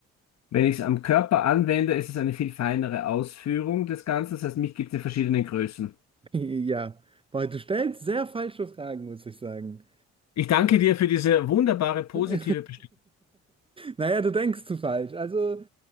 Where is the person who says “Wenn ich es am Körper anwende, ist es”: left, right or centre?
Left